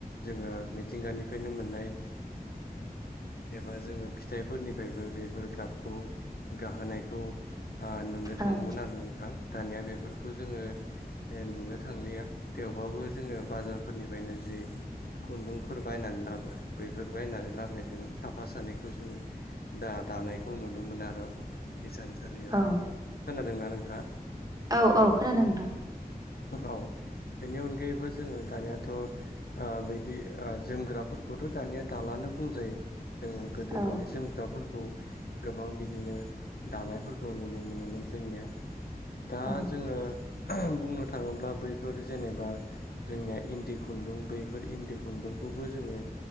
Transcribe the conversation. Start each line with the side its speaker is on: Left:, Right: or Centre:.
Left: जोङो मिथिंगानिफ्रायनो मोननाय एबा जोङो फिथाइफोरनिफ्रायबो बेफोर गाबखौ गाहोनायखौ नुनो थाङोमोन
Right: औ
Left: आरो नोंथां दानिया बेफोरखौ जोङो। नुनो थांलिया थेवबाबो जोङो बाजारफोरनिफ्रायनो जि खुन्दुंफोर बायनानै लाबो बे बेफोरबायायनानै लाबोनाय दो साफा सानैखौ जोङो दा दानायखौ नुनो मोनो आरो। हिसानसालियाव
Right: औ
Left: खोनादोंना नोंथाङा?
Right: औ औ खोनादों नोंथां।
Left: औ। बेनि अनगायैबो जोङो दानियाथ' बिदि जोमग्राफोरखौथ' दानिया दालानो बुंजायो जोङो गोदो
Right: औ
Left: माने जोमग्राफोरखौ गोबां बिदिनो दानायफोरखौ नुनो मोनोमोन जोंनिया। दा
Right: औ
Left: जोङो बुंनो थाङोब्ला बैफोर जेनेबा। जोंनिया इन्दि खुन्दुं बेफोर इन्दि खुन्दुंखौबो जोङो।